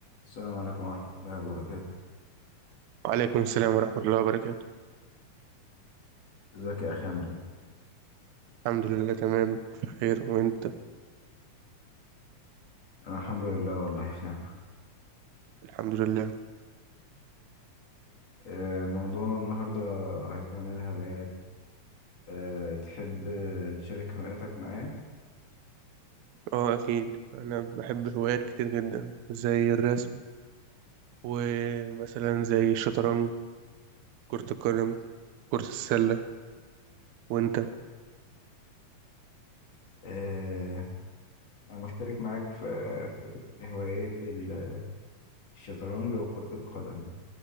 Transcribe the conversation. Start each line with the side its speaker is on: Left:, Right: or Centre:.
Left: السلام عليكم ورحمة الله وبركاته
Right: وعليكم السلام ورحمة الله وبركاته
Left: ازيك يا أخي عامل ايه؟
Right: الحمد لله تمام في خير وانت
Left: أنا الحمد لله والله في نعمة
Right: الحمد لله
Left: آه، موضوعنا النهاردة هيكون عن الهوايات آه، تحب آه، تشارك هواياتك معايا؟
Right: اه اكيد انا بحب هوايات كتير جدا زي الرسم ومثلا زي الشطرنج كرة القدم كرة السلة وانت
Left: آه، أنا مشترك معاك في في في هوايات ال- الشطرنج وكرة القدم